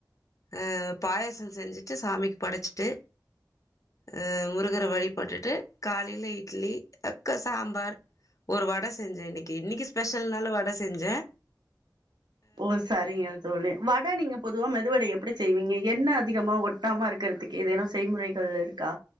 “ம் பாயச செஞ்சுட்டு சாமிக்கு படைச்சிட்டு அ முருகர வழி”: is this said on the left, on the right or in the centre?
Left